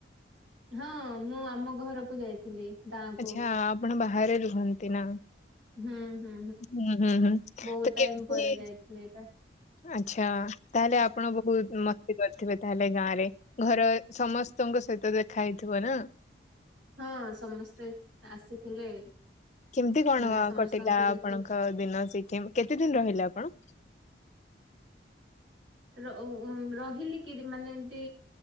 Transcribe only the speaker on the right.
ହଁ ମୁଁ ଆମ ଘରକୁ ଯାଇଥିଲି। ଗାଁକୁ
ହୁଁ ହୁଁ
ବହୁତ
ଟାଇମ
ପରେ ଯାଇଥିଲି ଏଇଟା
ହଁ ସମସ୍ତେ ଆସିଥିଲେ।
ମାନେ ସମସ୍ତଙ୍କୁ
ଦେଖି
ର ଉ ରହିଲିକି ମାନେ ଏମିତି